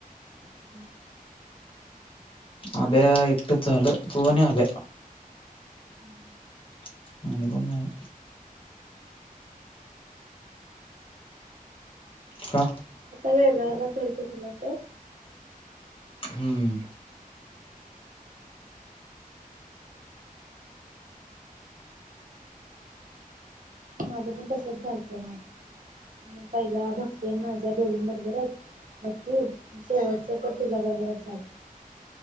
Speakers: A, on the right (about 65°); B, on the left (about 35°).
A: <inaudible>
B: आभ्या एकटे झालं तू आणि आभ्या
A: <inaudible>
B: <unintelligible> पण नाही. का?
A: आता वेगळा ला कर कुठला तर
B: हम्म
A: माझं पण तसच झालतं ना पहिला भक्ती ना माझ्या दोघीं बरोबरच मग तू शेवटच तर तुझ्या बरोबरच झालं.